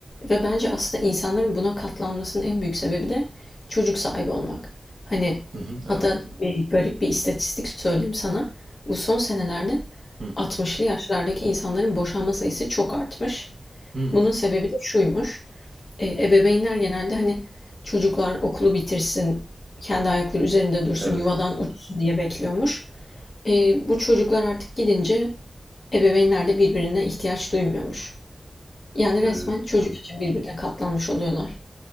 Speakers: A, on the left; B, on the right.
A: Ve bence aslında insanların buna katlanmasının en büyük sebebi de çocuk sahibi olmak. Hani
B: Hı hı,
A: hatta
B: evet.
A: bir garip bir istatistik söyleyeyim sana. Bu son senelerde
B: Hı
A: 60'lı yaşlardaki insanların boşanma sayısı çok artmış.
B: hı,
A: Bunun sebebi de şuymuş. E, ebeveynler genelde hani çocuklar okulu bitirsin, kendi ayakları üzerinde dursun,
B: evet.
A: yuvadan uçsun diye bekliyormuş. E, bu çocuklar artık gidince ebeveynler de birbirine ihtiyaç duymuyormuş. Yani
B: E,
A: resmen çocuk
B: hı.
A: için birbirine katlanmış oluyorlar.